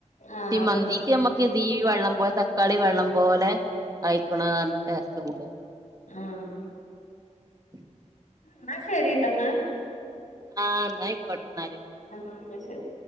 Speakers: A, on the left; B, on the right.
A: ആ
B: ഈ
A: അതന്നെ
B: മന്തി ക്ക് ഞമ്മക്ക് തീ വെള്ളം പോലെ തക്കാളി വെള്ളം പോലെ അയക്ക്ണതാണ് ടേസ്റ്റ് കൂട
A: ആഹ്
B: <inaudible>
A: ന്ന ശരിട്ടാ ന്നാ
B: ആഹ് നയി കൊട്ട നാല്
A: <unintelligible> ന്ന ശരി